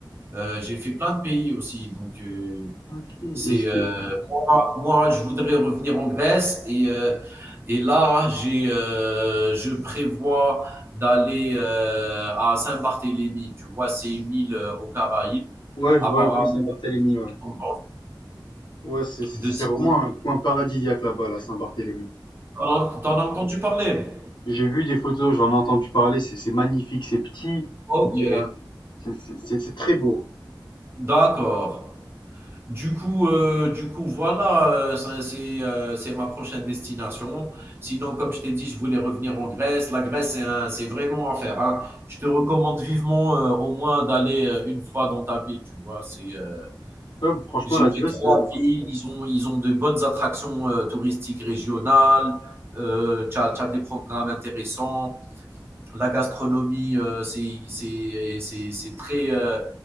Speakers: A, on the right; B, on the left.
A: Euh, j'ai fait plein de pays aussi. Donc, euh,
B: Ok.
A: c'est
B: Et ce que-
A: euh, moi, moi, je voudrais revenir en Grèce et euh, et là, j'ai euh, je prévois d'aller euh, à Saint-Barthélemy. Tu vois, c'est une île euh, aux Caraïbes,
B: ouais, je
A: apparemment
B: vois, je vois Saint-Barthélemy, ouais.
A: dépendante
B: Ouais, c'est c'est-
A: de
B: c'est
A: Simon.
B: vraiment un coin paradisiaque là-bas, la Saint-Barthélemy.
A: T'en as t'en as entendu parler?
B: J'ai vu des photos, j'en ai entendu parler, c'est c'est magnifique, c'est petit,
A: Ok,
B: il y a- c'est c'est- c'est- c'est très beau.
A: d'accord. Du coup, euh, du coup, voilà, euh, ça, c'est euh, c'est ma prochaine destination. Sinon, comme je t'ai dit, je voulais revenir en Grèce. La Grèce, c'est un- c'est vraiment à faire. hein. Je te recommande vivement euh, au moins d'aller euh, une fois dans ta vie. Tu vois, c'est euh,
B: Ouais, franchement,
A: j'ai
B: la Grèce.
A: fait trois
B: euh,
A: villes. Ils ont ils ont de bonnes attractions euh, touristiques régionales. Euh, t'as, t'as des programmes intéressants. La gastronomie, euh, c'est c'est- c'est- c'est très. euh,